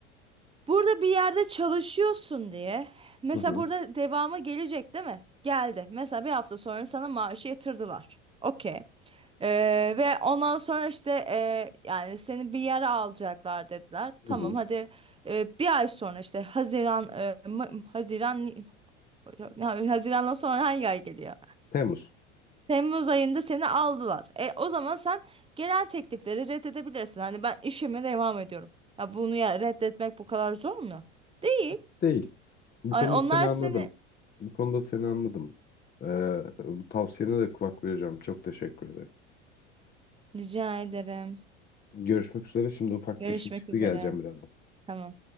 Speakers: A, on the right; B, on the left.
A: Burada bir yerde çalışıyorsun diye. Mesela
B: Hı hı.
A: burada devamı gelecek değil mi? Geldi. Mesela bir hafta sonra sana maaşı yatırdılar. Okey. Ee, ve ondan sonra işte e, yani seni bir yere alacaklar dediler. Tamam
B: Hı hı.
A: hadi e, bir ay sonra işte Haziran e, Ma- Haziran ya, Haziran'dan sonra hangi ay geliyor?
B: Temmuz.
A: Temmuz ayında seni aldılar. E, o zaman sen gelen teklifleri reddedebilirsin. Hani ben işime devam ediyorum. Ya bunu ya reddetmek bu kadar zor mu? Değil.
B: Yok değil. Bu
A: Ay
B: konuda
A: onlar
B: seni anladım.
A: seni
B: Bu konuda seni anladım. Ee, bu tavsiyene de kulak vereceğim. Çok teşekkür ederim.
A: rica ederim.
B: Görüşmek üzere. Şimdi ufak
A: Görüşmek
B: bir işim çıktı.
A: üzere.
B: Geleceğim birazdan.
A: Tamam.